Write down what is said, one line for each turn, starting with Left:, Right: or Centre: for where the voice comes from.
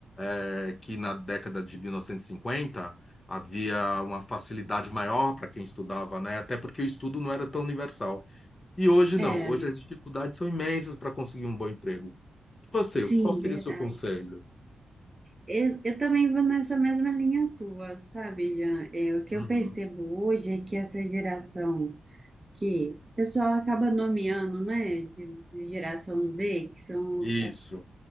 Left: É que na década de 1950 havia uma facilidade maior para quem estudava, né? Até porque o estudo não era tão universal. E hoje
Right: é,
Left: não. Hoje as dificuldades são imensas para conseguir um bom emprego. E você,
Right: sim,
Left: qual seria
Right: verdade.
Left: o seu conselho?
Right: Eu, eu também vou nessa mesma linha sua, sabe, Jean? É, o que
Left: Uhum.
Right: eu percebo hoje é que essa geração que o pessoal acaba nomeando, né, de, de geração Z, que são
Left: Isso,
Right: os- as